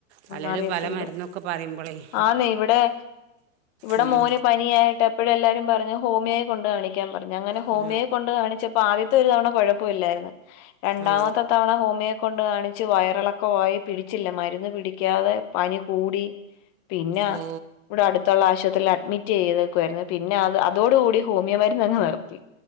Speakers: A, on the right; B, on the left.
A: പലരും
B: ഉം, അറിയത്തില്ല
A: പല മരുന്നൊക്കെ പറിമ്പളയ്
B: ആന്നെ ഇവിടെ ഇവിടെ
A: ഉം.
B: മോന് പനി നിയായിട്ട് എപ്പഴും എല്ലാരും പറഞ്ഞു ഹോമിയോയി കൊണ്ട് കാണിയ്ക്കാൻ പറഞ്ഞു അങ്ങനെ ഹോമിയോയി
A: ആ
B: കൊണ്ട് കാണിച്ചപ്പോ ആവി ത്തൊരു തവണ കൊഴപ്പല്ലായിരുന്നു രണ്ടാമത്തെ
A: ആ
B: തവണ ഹോമിയോ കൊണ്ട് കാണിച്ചു വയറെളക്കവായി പിടിച്ചില്ല മരുന്ന് പിടിയ്ക്കാതെ പനി കൂടി പിന്ന
A: ഓ
B: ഇവടെ അട് ത്തൊള്ളാ ആശുപത്രില് അഡ്മിറ്റെയ്ത്ക്കുവായിരുന്നു പിന്നെ അതോ അതോടുകൂടി ഹോമിയോ മര്ന്നങ്ങ് നിർത്തി